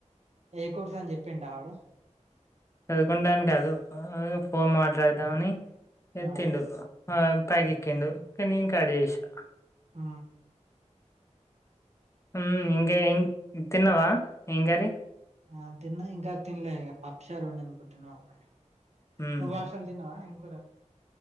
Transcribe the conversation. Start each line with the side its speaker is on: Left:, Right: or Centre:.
Right: ఎ కోర్సు అని చెప్పిండా ఆడు
Left: చదువుకుడాను కాదు ఫోన్ మాట్లాడదామని
Right: ఆ
Left: ఎతిండు ఆ పైకి ఎక్కిండు ఇంకా నేను అడిగేసా
Right: ఆ
Left: హ్మ్ ఇంగ ఏం తిన్నావా ఏం కర్రీ
Right: ఆ తిన్న ఇంకా తినలే పప్పుషారు ఉండింది ఇప్పుడు మా మమ్మీ
Left: హ్మ్
Right: నువ్వు బచాల్ తినవా ఏం కూర